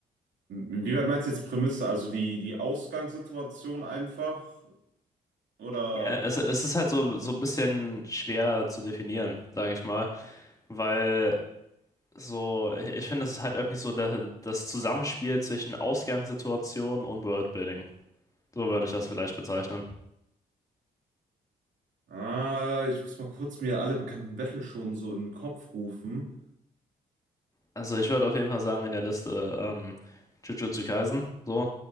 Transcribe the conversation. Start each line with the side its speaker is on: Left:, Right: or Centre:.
Right: Wie weit meinst du jetzt Prämisse? Also die, die Ausgangssituation einfach? Oder?
Left: Ja, es, es ist halt so, so ein bisschen schwer zu definieren, sage ich mal, weil so, ich finde, es ist halt irgendwie so der, das Zusammenspiel zwischen Ausgangssituation und Worldbuilding. So würde
Right: Hm.
Left: ich das vielleicht bezeichnen.
Right: Ah, ich muss mal kurz mir alle bekannten Battle schon so in den Kopf rufen.
Left: Also ich würde auf jeden Fall sagen, in der Liste ähm, Jujutsu Kaisen, so.